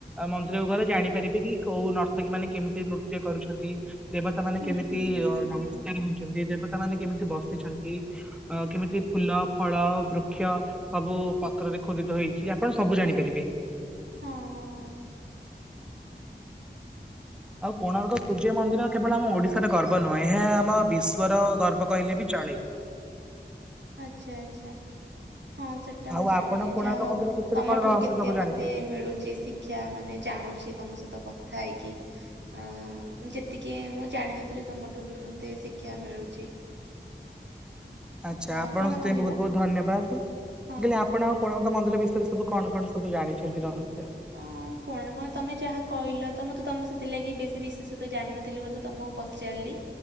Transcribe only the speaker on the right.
ହୁଁ
ହୁଁ ହୁଁ ହୁଁ
ହୁଁ
ହଁ ହଁ ହଁ।
ଆଛା, ଆଛା ହଁ ସେ ସେଟା
ମୁଁ ଜାଣିଲି
ଯାହା ହଉ,
ତମଠୁ
କେତେ
ମତେ
ମିଳୁଛି ଶି କ୍ଷା ମାନେ ଜାଣୁଛି ତମ ସହିତ କଥା ହେଇକି। ଅ ଯେତିକି ମୁଁ ଜାଣିନଥିଲି, ତମଠୁ ବି ମତେ ଶିକ୍ଷା ମିଳୁଛି।
ଅ
କଣ
କହିଲ
ହଁ।
ଅଁ କଣ କଣ ତମେ ଯାହା କହିଲ ତ ମୁଁ ତ ତମ ସେଥିଲାଗି ବେଶୀ ବିଶେଷ ତ ଜାଣିନଥିଲି ବୋଲି ତମକୁ ପଚାରିଲି।